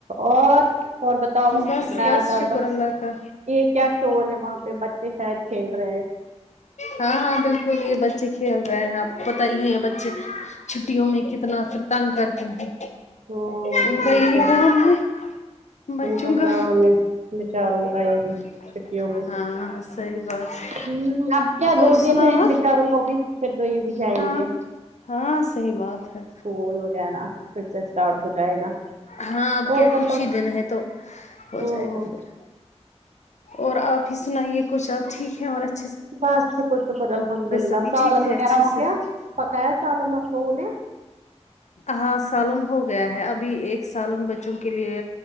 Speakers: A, on the right; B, on the left.
A: اور اور بتاؤ
B: بس
A: میں
B: بس
A: تتا
B: شکر اللہ کا
A: یہ کیا شور ہے وہاں پہ بچے شاید کھیل رہے ہیں
B: ہاں ہاں بالکل یہ بچے کھیل رہے ہیں آپ کو پت ہی ہے بچے چھٹیوں میں کتنا فر تنگ کرتے ہیں
A: تو
B: ان کا یہی
A: کیا
B: کام ہے بچوں
A: ان کا
B: گا
A: کام ہے بچاروں
B: <unintelligible>
A: کا یہی چھٹیوں میں
B: ہاں صحیح بات ہے
A: ہ اب کیا دو
B: اور
A: دن
B: سنا
A: ہے ان
B: آپ
A: بیچاروں کو بھی پھر تو یہ بھی جائیں
B: ہاں
A: گے
B: ہاں صحیح بات ہے
A: اسکول وغیرہ پھر سے اسٹارٹ ہو جائے گا
B: ہاں آپ
A: اور
B: کیا
A: بتاؤ
B: کچھ ہی دن ہے تو ہو
A: ہوں
B: جائے گا پھر اور آپ پھر سناائی یہ کچھ آب ٹھیک ہے اور اچا
A: بست شکر شکر الحمد للہ
B: سبھی
A: سالن
B: ٹھیک تھے
A: وغیرہ
B: اچھے
A: ہو
B: سے
A: گیا پکایا سالن آپ لوگوں نے
B: ہاں سالن ہو گیا ہے ابھی ایک سالن بچوں کے لیے